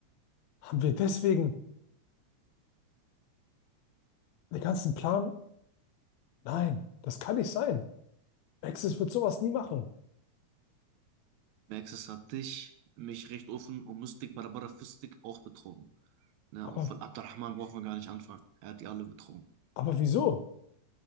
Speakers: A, on the left; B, on the right.
A: Haben wir deswegen den ganzen Plan? Nein, das kann nicht sein. Maxis wird sowas nie machen.
B: Maxis hat dich, mich recht offen und Mystik Barabara Fistik auch betrogen. Ne?
A: Aber,
B: Und von Abdurrahman brauchen wir gar nicht anfangen. Er hat die alle betrogen.
A: aber wieso?